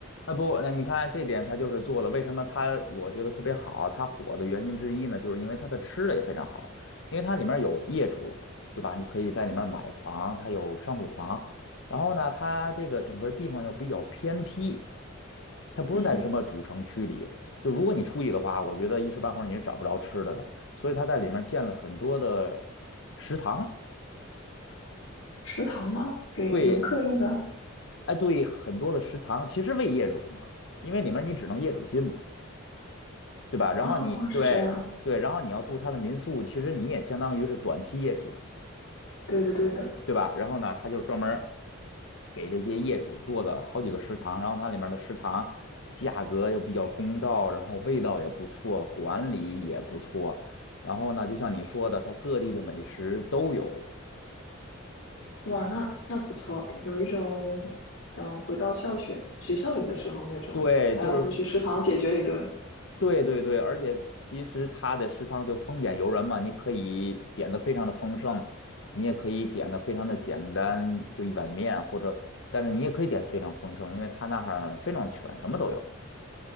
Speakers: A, on the left (about 60°); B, on the left (about 85°).
A: 那不，那你看这点它就是做的，为什么它我觉得特别好，它火的原因之一呢，就是因为它的吃的也非常好，因为它里面有业主，对吧？你可以在里面买房，它有商品房，然后呢，它这个整个地方又比较偏僻。它不是在什么主城区里。
B: 嗯，
A: 就如果你出去的话，我觉得一时半会儿你是找不着吃的的。所以它在里面建了很多的食堂，
B: 食堂吗？给游客用的？
A: 对，哎，对，很多的食堂其实为业主嘛，因为里面你只能业主进嘛，对吧？然后你对对，
B: 哦，是这样。
A: 然后你要住它的民宿，其实你也相当于是短期业主。
B: 对的，对的。
A: 对吧？然后呢，他就专门给这些业主做了好几个食堂，然后它里面的食堂价格又比较公道，然后味道也不错，管理也不错。然后呢，就像你说的，它各地的美食都有。
B: 哇，那那不错，有一种想回到校学学校里的时候那种，
A: 对，
B: 大家都去食堂解决一顿。
A: 就是说，对对对，而且其实它的食堂就丰俭由人嘛，你可以点的非常的丰盛，你也可以点的非常的简单，就一碗面，或者，但是你也可以点非常丰盛，因为它那儿非常全，什么都有。